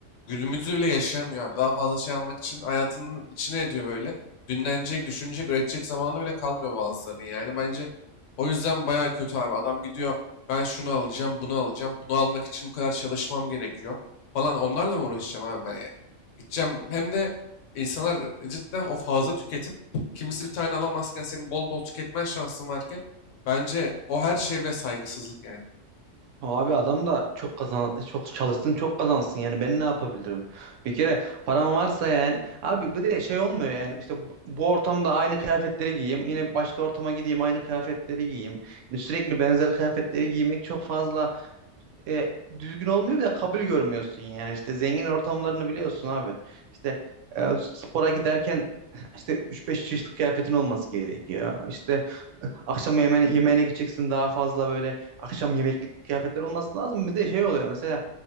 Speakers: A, on the left; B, on the right.
A: Günümüzü bile yaşamıyor abi. Daha fazla şey almak için hayatının içine ediyor böyle. Dinlenecek, düşünecek, üretecek zamanı bile kalmıyor bazılarının. Yani bence o yüzden bayağı kötü abi. Adam gidiyor ben şunu alacağım, bunu alacağım. Bunu almak için bu kadar çalışmam gerekiyor falan. Onlarla mı uğraşacağım abi ben yani? Gideceğim hem de insanlar cidden o fazla tüketim. Kimisi bir tane alamazken senin bol bol tüketmen şansın varken Bence o her şeye bile saygısızlık yani.
B: Abi adam da çok kazan çok çalışsın çok kazansın yani ben ne yapabilirim? Bir kere param varsa yani abi bu de şey olmuyor yani işte bu, bu ortamda aynı kıyafetleri giyeyim yine başka ortama gideyim aynı kıyafetleri giyeyim. Yani sürekli benzer kıyafetleri giymek çok fazla e, düzgün olmuyor bir de kabul görmüyorsun yani işte zengin ortamlarını biliyorsun abi. İşte e, spora giderken <laughs> işte üç beş çeşit kıyafetin olması gerekiyor. İşte Akşam yemeğine, yemeğine gideceksin daha fazla böyle akşam yemeklik kıyafetler olması lazım. Bir de şey oluyor mesela